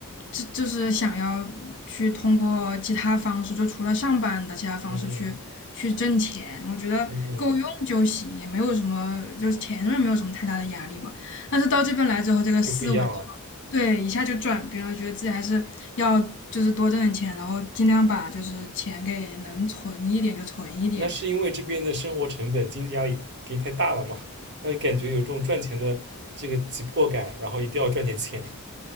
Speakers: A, on the left (about 55°); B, on the right (about 50°).
A: 就就是想要去通过其他方式，就除了上班的其他方式去去挣钱，
B: 嗯嗯
A: 我觉得够用就行，
B: 嗯嗯，
A: 也没有什么，就是钱上面没有什么太大的压力嘛。但是到这边来之后，这个思维就对一下就转变了，
B: 就不一样了。
A: 觉得自己还是要就是多挣点钱，然后尽量把就是钱给能存一点就存一点。
B: 那是因为这边的生活成本、经济压力给你太大了嘛，让你感觉有这种赚钱的这个急迫感，然后一定要赚点钱。